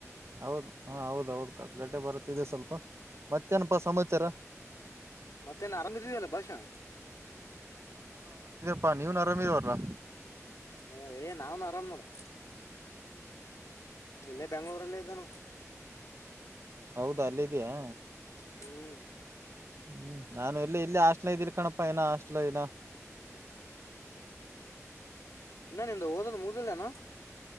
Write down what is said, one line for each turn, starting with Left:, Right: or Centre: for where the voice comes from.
Right: ಹೌದು ಹಾ ಹೌದ ಹೌದು ಕಟ್ಕಟ್ಟೆ ಬರುತ್. ತ್ತಿದೆ ಸ್ವಲ್ಪ
Left: ಹ್ಮ್
Right: ಮತ್ತ್ ತ್ತೇನಪಾ ಸಮಾಚಾರ
Left: ಮತ್ತೇ ನ್ ಆರಾಮ ಇದ್ದಿಯಲ್ಲ್ ಬಹಾಷಾ
Right: ಅಪ್ಪಾ ನೀವ್ ನರಾಮ ಇವ್ರಾ
Left: ಹ ಏ ನಾನ್ ಆರಾಮ್ ಮಾಡುವ ಇಲ್ಲೇ ಬೆಂಗ್ಳೂರಲ್ಲೇ ಇದ್ದಾನು
Right: ಹೌದಾ ಅಲ್ಲಿದಿಯಾ
Left: ಹ್ಮ್
Right: ಹ್ಮ್ ನಾನು ಎಲ್ಲಿ ಎಲ್ಲಿ ಹಾಸ್ಟ್ಲ ಇದ್ದೀನ ಕಣಪ್ಪಾ ಏನ ಹಾಸ್ಟ್ಲ್ ಏನ
Left: ಇನ್ನ ನಿಂದು ಓದದ್ ಮುಗ್ದಿಲ್ಲೇನು